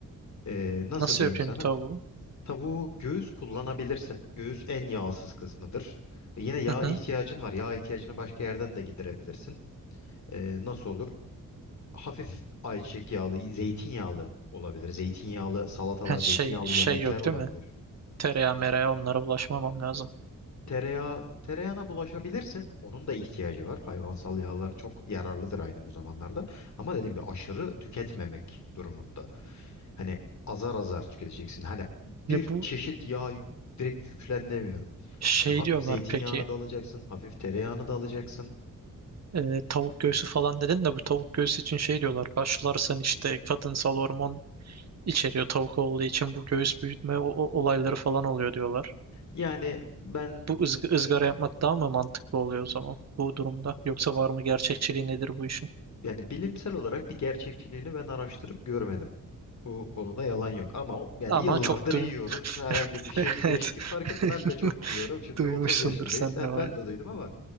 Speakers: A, on the left; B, on the right.
A: E, nasıl
B: Nasıl
A: diyeyim
B: yapayım
A: sana?
B: tavuğu?
A: Tavuğu göğüs kullanabilirsin. Göğüs en yağsız kısmıdır. E, yine yağ
B: Hı hı.
A: ihtiyacın var. Yağ ihtiyacını başka yerden de giderebilirsin. E, nasıl olur? Hafif ayçiçek yağlı, zeytinyağlı olabilir. Zeytinyağlı salatalar,
B: Ha,
A: zeytinyağlı
B: şey şey
A: yemekler
B: yok
A: olabilir.
B: değil mi? Tereyağı mereyağı onlara bulaşmamam lazım.
A: Tereyağı, tereyağına bulaşabilirsin. Onun da ihtiyacı var. Hayvansal yağlar çok yararlıdır aynı bu zamanlarda. Ama dediğim gibi aşırı tüketmemek durumunda. Hani azar azar tüketeceksin. Hani bir
B: Ya bu
A: çeşit yağ direkt yüklenemiyorum.
B: şey
A: İşte hafif
B: diyorlar
A: zeytinyağını
B: peki.
A: da alacaksın, hafif tereyağını da alacaksın.
B: e, tavuk göğsü falan dedin de bu tavuk göğsü için şey diyorlar. Haşlarsan işte kadınsal hormon içeriyor tavuk olduğu için bu göğüs büyütme o- o- olayları falan oluyor diyorlar.
A: Yani ben
B: Bu ızg- ızgara yapmak daha mı mantıklı oluyor o zaman bu durumda? Yoksa var mı gerçekçiliği nedir bu işin?
A: yani bilimsel olarak bir gerçekçiliğini ben araştırıp görmedim. Bu konuda yalan yok ama o- yani
B: Ama
A: yıllardır
B: çok duy-
A: yiyoruz. Herhangi
B: <laughs>
A: bir şey
B: Evet.
A: bir değişiklik fark
B: <laughs>
A: etmiyor. Ben de çok yiyorum. Şimdi
B: Duymuşsundur
A: 30 yaşındayız.
B: sen
A: Ha,
B: de bayağı.
A: ben de duydum ama